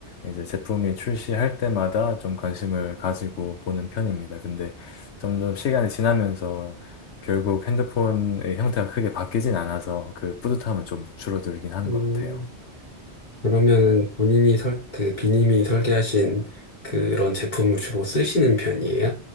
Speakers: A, on the left; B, on the left.
A: 이제 제품이 출시할 때마다 좀 관심을 가지고 보는 편입니다. 근데 점점 시간이 지나면서 결국 핸드폰의 형태가 크게 바뀌진 않아서 그 뿌듯함은 좀 줄어들긴 하는
B: 음,
A: 것 같아요.
B: 그러면은 본인이 설, 그 비님이 설계하신 그런 제품을 주로 쓰시는 편이에요?